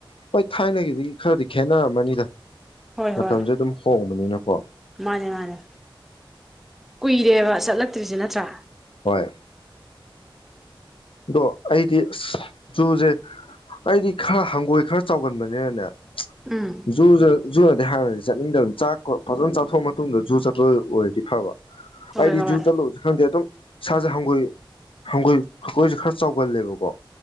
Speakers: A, on the left; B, in the centre.
A: ꯍꯣꯏ ꯊꯥꯏꯅꯒꯤꯗꯤ ꯈꯔꯗꯤ ꯈꯦꯠꯅꯔꯝꯃꯅꯤꯗ
B: ꯍꯣꯏ ꯍꯣꯏ
A: ꯃꯇꯝꯁꯦ ꯑꯗꯨꯝ ꯍꯣꯡꯕꯅꯤꯅꯀꯣ
B: ꯃꯥꯅꯦ ꯃꯥꯅꯦ ꯀꯨꯏꯔꯦꯕ ꯆꯠꯂꯛꯇ꯭ꯔꯤꯖꯦ ꯅꯠꯇ꯭ꯔꯥ
A: ꯍꯣꯏ ꯑꯗꯣ ꯑꯩꯗꯤ ꯑꯁ ꯆꯨꯖꯦ ꯑꯩꯗꯤ ꯈꯔ ꯍꯪꯒꯣꯏ ꯈꯔ ꯆꯥꯎꯒꯟꯕꯅꯤꯅꯅꯦ
B: ꯎꯝ
A: ꯨꯖꯨꯗ ꯖꯨꯨꯔꯗꯤ ꯍꯥꯟꯅꯗꯤ ꯆꯠꯅꯤꯡꯗꯕꯅꯤ ꯆꯥꯛ ꯍꯣꯏ ꯐꯖꯅ ꯆꯥꯊꯣꯛꯑ ꯃꯇꯨꯡꯗ ꯖꯨ ꯆꯠꯄ ꯑꯣꯏꯔꯗꯤ ꯐꯕ
B: ꯍꯣꯏ
A: ꯑꯩ ꯗꯤ
B: ꯍꯣꯏ
A: ꯖꯨ ꯆꯠꯂꯣꯖꯨ ꯈꯪꯗꯦ ꯗꯨꯝ ꯏꯁꯥꯖꯦ ꯍꯪꯒꯣꯏ ꯍꯪꯒꯣꯏ ꯍꯪꯒꯣꯏꯁꯦ ꯈꯔ ꯆꯥꯎꯒꯜꯂꯦꯕꯀꯣ